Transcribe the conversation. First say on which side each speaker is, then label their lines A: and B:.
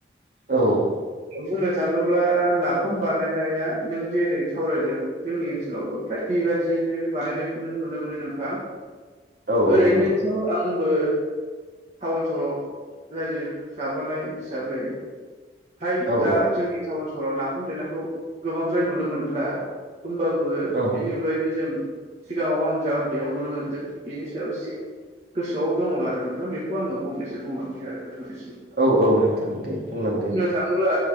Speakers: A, on the right; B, on the right.
A: औ
B: बुंनो थाङोब्ला नाफाम बानायनाया नों जेरै सावरायदों जोंनि ओनसोलावबो फ्राय बेबादियैनो बानायनायखौनो नुनो मोनो नोंथां
A: औ
B: ओरैनोथ'
A: नंगौ
B: आंबो टाउन सहराव रायजो जाबोनाय हिसाबै फ्राय
A: औ
B: दा
A: औ
B: जोंनि टाउन सहराव नाफाम जेंाखौ गोबांद्राय नुनो मोनला होमबाबो
A: औ
B: बिनि अनगायैबो जों सिगाङाव आं जा उन्दैयाव नुनो मोनदों बेनि सायाव एसे गोसोआव दङ आरो नोंथां बेखौ आङो फंनैसो बुंलांै आरो नोंथांनिसिम
A: औ औ नोंथां दे बुंलांदो
B: बुं बुंनो थाङोब्ला